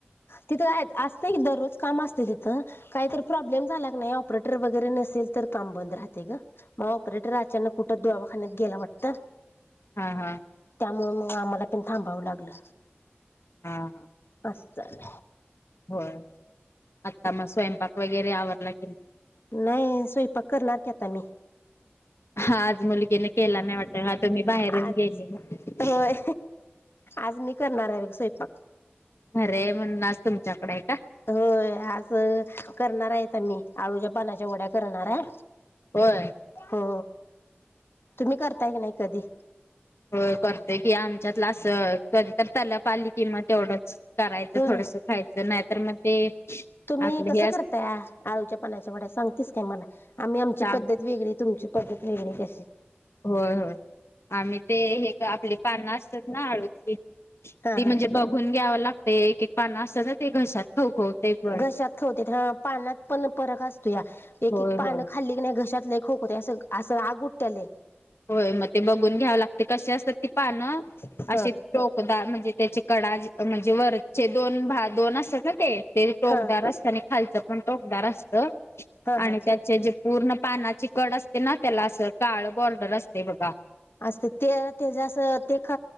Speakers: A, on the left; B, on the left.
A: तिथं हैत असत की दररोज काम असतय तिथं काय तर प्रॉब्लेम झाला कने ऑपरेटर वगैरे न नसेल तर काम बंद राहतय ग म ऑपरेटर अचानक कुठ दवाखान्यात गेला वाटतं
B: हा हा.
A: त्यामुळ म आम्हाला पण थांबावं लागलं
B: हा हा
A: अस. चाले.
B: होय. आता म स्वयंपाक वगैरे आवरलाय.
A: नाही स्वयपाक करणारकी आता मी.
B: हा आज मुलगीन केला नाही वाटत नाही तर मी बाहेरच
A: आ
B: गेलेले.
A: होय आज मी करणार हाय बघ स्वयंपाक.
B: अरे म्हणून आज तुमच्याकडे हाय का.
A: होय आज करणार हैत आम्ही आळूच्या पानाच्या वड्या करणार हाय.
B: होय
A: हो तुम्ही करताय का नाई कधी.
B: व्हय करते कि आमच्यातला असं कधी तर तलप आली किं म तेवढंच. करायचं
A: होय.
B: थोडस खायचं नाहीतर म ते
A: तुम्ही
B: आपलं
A: कसं
B: हे
A: करताय आ आळूच्या पानाच्या वड्या सांगतीस काय मला आम्ही आमची
B: सांग
A: पद्धत वेगळी तुमची <unintelligible> कशी.
B: होय होय. आम्ही ते हे क आपली पानं असतात ना आळूची
A: हा
B: ती म्हणजे
A: हा
B: बघून घ्याव लाग ते एक एक पानं असतात ना ते घशात खवखवते पण
A: घशात खावते हा पानात पण परक असतोया एक
B: होय
A: एक पानं
B: होय
A: खाल्ली कीने घशात लय खवखवतय अस असं आग उटत्या लय.
B: होय म ते बघून घ्यावं लागते कशी असतात ती पानं
A: ह
B: असशी टोकदाार म्हणजे त्याची कडा जे म्हणजे वरचे दोन भा दोन असत्यात ना ते. ते टोकदार
A: हा
B: असतं आणि खालचं पण टोकदार असत
A: हा
B: आणि
A: हा
B: त्याचे जे पूर्ण पानाची कड असते ना त्याला असं काळ बॉर्डर असतय बघा.
A: असत्यात ते तेज असं ते ख